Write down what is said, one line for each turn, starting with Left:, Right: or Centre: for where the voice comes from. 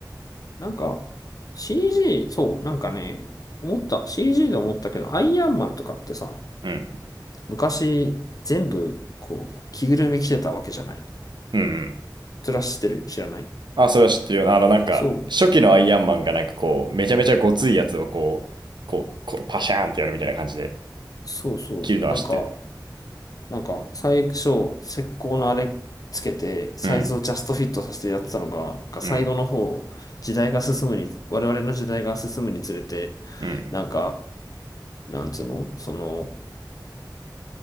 Left: なんか、CG、そう、なんかね、思った、CG で思ったけど、アイアンマンとかってさ、
Right: うん。
Left: 昔、全部、こう、着ぐるみ着てたわけじゃない。
Right: うんうん。
Left: ずらしてる、知らない
Right: あ、それは知ってるよ。あの、なんか、
Left: そう、
Right: 初期のアイアンマンがなんかこう、めちゃめちゃごついやつをこう、こう、こうパシャーンってやるみたいな感じで、
Left: そうそう。
Right: 切るのは知ってるな。
Left: なんか、なんか、最初、石膏のあれつけて、サイズをジャストフィットさせてやってたのが、
Right: うん。
Left: なんか最後の方、
Right: うん。
Left: 時代が進むに、我々の時代が進むにつれて、
Right: うん。
Left: なんか、なんつうのその、